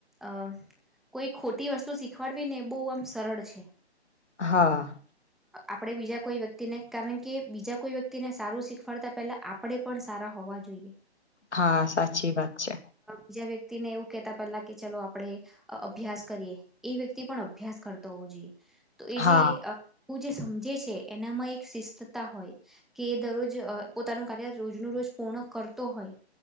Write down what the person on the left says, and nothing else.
હા.
હા, સાચી વાત છે.
હા